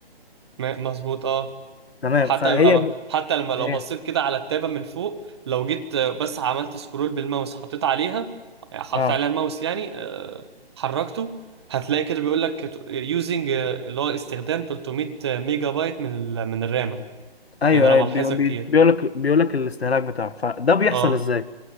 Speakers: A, on the right (about 25°); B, on the left (about 85°).
A: م- مظبوط اه
B: تمام
A: حتى
B: فهي
A: يبقى ما
B: ب-
A: حتى لما لو
B: ايه
A: بصيت كده على التابة من فوق لو جيت آه، بس عملت سكرول بالماوس حطيت عليها حطيت
B: اه
A: عليها الماوس يعني آه، حركته هتلاقي كده بيقول لك يوزنج اللي هو استخدام 300 ميجا بايت من ال- من الرامة
B: ايوه
A: يعني انا
B: ايوه
A: بلاحظها
B: بي... بي...
A: كتير
B: بيقول لك بيقول لك الاستهلاك بتاعه فده بيحصل
A: اه
B: ازاي